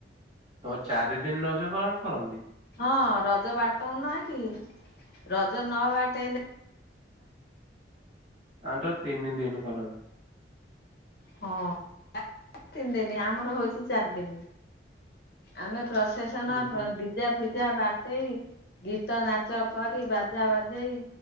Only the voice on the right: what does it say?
ତମର ଚାରି ଦିନ ରଜ ପାଳନ କରନ୍ତି?
ଆମ ତ ତିନି ଦିନି କରନ୍ତି।
ଉଁ ହୁଁ।